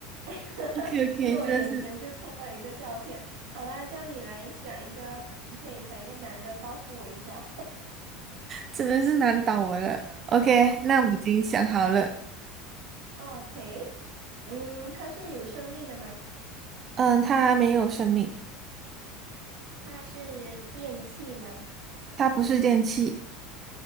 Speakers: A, on the right (about 70°); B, on the right (about 25°).
A: <laughs>
B: o k o k
A: 因为我眼前就看到一个照片。
B: 真的是
A: 好啦，叫你来想一个，你可以想一个男的报复我一下。
B: 真的是难倒我了。OK，那我已经想好了。
A: <laughs> OK，嗯，他是有生命的吗？
B: 嗯，他没有生命。
A: 他是电器吗？
B: 它不是电器，